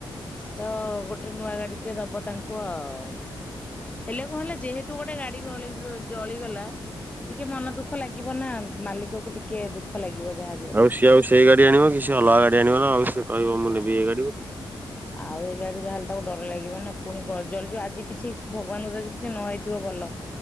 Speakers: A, on the left; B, on the right.
A: ତ ଗୋଟେ ନୂଆ ଗାଡି ଟେ ଦବ ତାଙ୍କୁ ଆଉ। ହେଲେ କୁଣ ହେଲା ଯେହେତୁ ଗୋଟେ ଗାଡି ଜଳିଗଲା ଟିକେ ମନ ଦୁଃଖ ଲାଗିବ ନା, ମାଲିକକୁ ଟିକେ ଦୁଃଖ ଲାଗିବ ଯାହାବି ହେଲେ।
B: ଆଉ ସିଏ ଆଉ ସେଇ ଗାଡି ଆଣିବ କି, ସିଏ ଅଲଗା ଗାଡି ଆଣିବ ନା ଆଉ ସିଏ କହିବ
A: ହଁ।
B: ମୁଁ ନେବି ଏଇ ଗାଡିି ବୋଲି।
A: ଆଉ ଏ ଗାଡ଼ିରେ ଯାହାହେଲେ ତାକୁ ଡର ଲାଗିବ ନା ପୁଣି ଗଜଲ୍ ଯୋଉ ଆଜି କିଛି ଭଗବାନଙ୍କ ଦୟାରୁ ଯଦି କିଛି ନ ହେଇଥିବ ଭଲ।